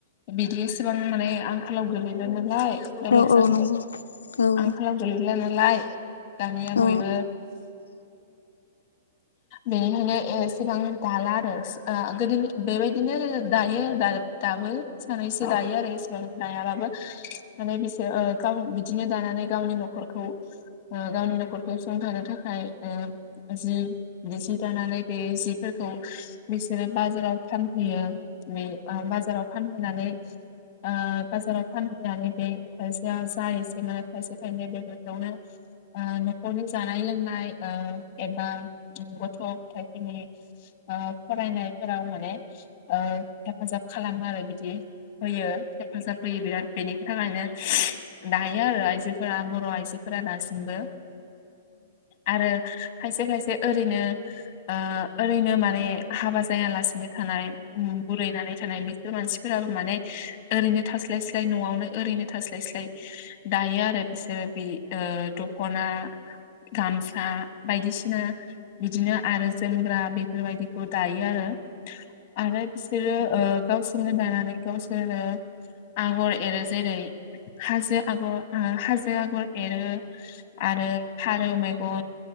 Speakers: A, on the left; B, on the left.
A: बिदि एसेबां माने आंखालाव गोलैला नालाय। ओरै
B: औ
A: जाजोब्बाय
B: औ नंगौ औ
A: आंखालाव गोलै ला नालाय दानिया
B: औ
A: बयबो। बेनिखायनो एसेबां दाला आरो ओ गोदो बेबायदिनो दायो दाबो सानैसो दायो आरो इसेबां दायाबाबो माने बिसोर ओ गाव बिदिनो दानानै गावनि न'खरखौ ओ गावनि नखरखौ सुंथानो थाखाय ओ जि जि दानानै बे जिफोरखौ बिसोरो बाजाराव फान फैहोयो बे बाजाराव फानहैनै ओ बाजाराव फान नानै बे खायसेया जा एसेनो थायसे थाइनै बेफोरखौनो ओ न'खरनि जानाय लोंनाय ओ एबा गथ' गथायाइफोरनि ओ फरायनायफोराव माने ओ हेफाजाब खालामो आरो बिदि होयो हेफाजाब होयो बिराद बेनि थाखायनो दायो आरो आइजो फोरा बर' आइजोफोरा दासिमबो आरो खायसे खायसे ओरैनो ओ ओरैनो माने हाबा जायालासिनो थानाय उम बुरैनानै थानाय बिसोर मानसिफोराबो माने ओरैनो थास स्लाय स्लाय न'आवनो ओरै'नो थास्लाय स्लाय दायो आरो बिसोरो ओ बे दख'ना गामसा बायदिसिना। बिदिनो आरो जोमग्रा बेफोरबायदिखौ दायो आरो आरो बिसोरो ओ गावसोरनो दानानै गावसोरो आगर एरो जेरै' हाजो आगर हाजो आगर एरो आरो फारौ मैग अ